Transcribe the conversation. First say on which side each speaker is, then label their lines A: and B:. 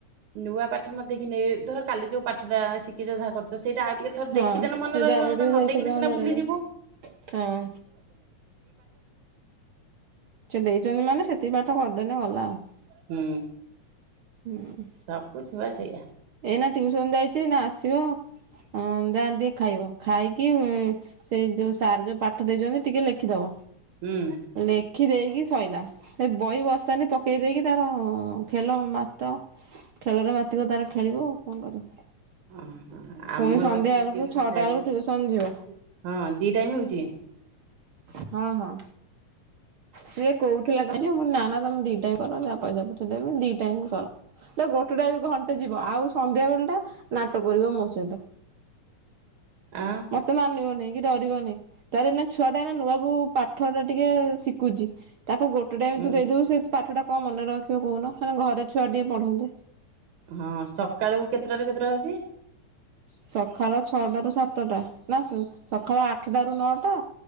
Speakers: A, on the right; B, on the right.
A: ନୂଆ ପାଠ ନ ଦେଖିନି ଧର କାଲି ଯୋଉ ପାଠଟା ଶିଖିଛ। ଯାହା କରଛ ସେଇଟା ଆଉ ଟିକେ ଥର
B: ହଁ
A: ଦେଖିଦେନେ ମନେ
B: ସେଇଟା
A: ରହିବ।
B: ଆଉ
A: ହେଟା
B: ଟିକେ
A: ନ
B: ଦେଖିଦେ
A: ଦେଖିନି ସିନା
B: ମନେ
A: ଭୁଲିଯିବୁ।
B: ରହିବ। ହଁ ସେ ଦେଇଛନ୍ତି ମାନେ ସେତିକି ପାଠ କରିଦେଲେ ଗଲା ଆଉ।
A: ହୁଁ।
B: ହୁଁ
A: ସବୁ ଛୁଆ ସେଇଆ
B: ଏଇନା ଟିଉସନ ଯାଇଛି। ନା ଆସିବ। ହ ଦା ଟିକେ ଖାଇବ। ଖାଇକି ସେଇ ଯୋଉ ସାର୍ ଯୋଉ ପାଠ ଦେଇଛନ୍ତି ଟିକେ ଲେଖିଦବ।
A: ହୁଁ
B: ଲେଖି ଦେଇକି ଶଇଲା। ସେ ବହି ବସ୍ତାନି ପକେଇ ଦେଇକି ତାର ଖେଲ ମାତ। ଖେଳରେ ମାତିିବ ତାର ଖେଳିବ। ଆଉ କଣ କରିବ?
A: ଓ ଆମର
B: ପୁଣି ସନ୍ଧ୍ୟା
A: ବା ସେମିତି
B: ବେଳକୁ
A: ଟିଉସନ
B: ଛଅଟା
A: ଯାଇଛନ୍ତି।
B: ବେଳକୁ ଟିଉସନ ଯିବ
A: ହଁ ଦି ଟାଇମ୍ ହେଉଛି।
B: ହଁ ହଁ। ସିଏ କହୁଥିଲା କାଁ ଯେ ମୁଁ ନା ତମେ ଦି ଟାଇମ କର। ଯାହା ପଇସା ପଇଛା ଦେମି ଦି ଟାଇମ କର। ତ ଗୋଟେ ଟା ବି ଘଣ୍ଟେ ଯିବ। ଆଉ ସନ୍ଧ୍ୟା ବେଳ ଟା ନାଟକ କରିବ ମୋ ସହିତ।
A: ଆଁ।
B: ମତେ ମାନିବନି କି ଡରିବନି। ତାରଇ ନା ଛୁଆ ଟା ଏ ନୂଆକୁ ପାଠଟା ଟିକେ ଶିଖୁଛି। ତାକୁ ଗୋଟେ ଗୋଟେ ଟାଇମ
A: ହୁଁ
B: ତୁ ଦେଇଦବୁ ସେ ପାଠଟା କଣ ମନେ ରଖିବ କହୁନ। ନାେ ଘରେ ଛଆ ଟିକେ ପଢନ୍ତେ।
A: ହଁ ସକାଳୁ କେତେଟାରେ କେତୁରା ହେଉଛି।
B: ସକାଳ ଛଅଟାରୁ ସାତଟା। ନା ସକାଳ ଆଠଟାରୁ ନଅଟା।